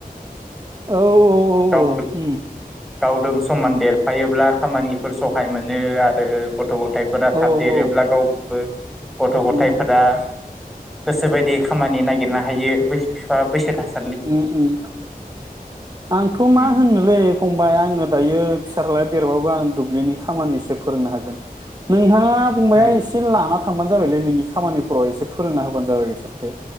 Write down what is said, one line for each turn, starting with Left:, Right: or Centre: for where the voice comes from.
Right: औ -औ -औ
Centre: गाव
Right: अम।
Centre: गावदों समान देरफायोब्ला खामानिफोर सहाय मोनो आरो गथ' -गथ' -थायफोरा थाब
Right: औ
Centre: देरोब्ला
Right: औ
Centre: गावबो गथ' गथाइफोरा
Right: उम
Centre: गोसोबायदि खामानि नागिरनो हायो बै बिफा बैसो थासान
Right: अम-अम आंथ' मा
Centre: उम
Right: होनलै फं आड़ो दायो फिसारलाया देरबाबो आं दुब्लिनि खामानि फोरोंनो हागोन नोंथां नोंथाङा बुंबाया
Centre: उम
Right: एसे लाना थांबानो जाबायलै नोंनि खामानिफोराव एसे फोरोंना होबानो जाबाय बिसोरखो।